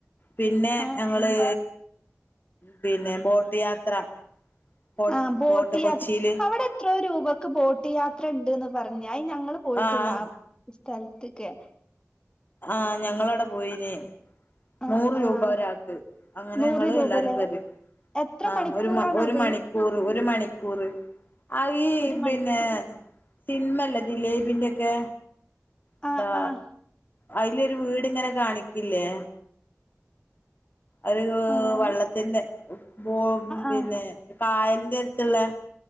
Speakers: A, on the left (about 40°); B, on the left (about 15°).
A: പിന്നെ
B: ആഹ്
A: ഞങ്ങള്
B: ആഹ്
A: പിന്നെ ബോട്ട് യാത്ര ഫോർട്ട്
B: ആ ബോട്ട്യായാത്ര
A: ഫോർട്ട് കൊച്ചിയില്
B: അവിടെ എത്രോ രൂപക്ക് ബോട്ട് യാത്ര ഉണ്ട്ന്ന് പറഞ്ഞൽ ഞങ്ങള് പോയിട്ടില്ല
A: ആഹ്
B: സ്ഥലത്തൊക്കെ
A: ആഹ് ഞങ്ങള് അവിടെ പോയിന്
B: ആഹ്
A: നൂറ്
B: ആഹ്
A: രൂപ ഒരാൾക്ക് അങ്ങനെ
B: നൂറ്
A: ഞങ്ങള്
B: രൂപല്ലേ
A: എല്ലാരും കറി
B: എത്ര
A: ആഹ്
B: മണിക്കൂറാണത്
A: ഒരു മ ഒരു മണിക്ക് കൂറ് ഒരു മണിക്കൂറ് ആ ഈ
B: ഒരു മണിക്കൂ
A: പിന്നെ സിൻമ അല്ല ദിലീപിന്റെക്കെ എന്താ
B: ആഹ് ആഹ്
A: അതിലൊരു വീടിങ്ങനെ കാണിക്കില്ലേ ഒരു
B: ആഹ്
A: വള്ളത്തിന്റെ ബോ പിന്നെ
B: ആഹ്
A: കായലിന്റെ അടുത്തുള്ളെ